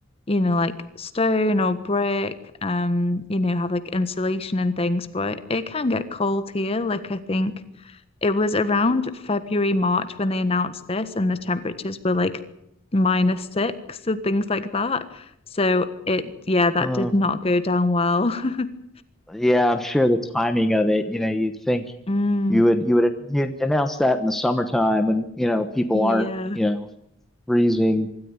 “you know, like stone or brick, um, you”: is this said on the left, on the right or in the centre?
Left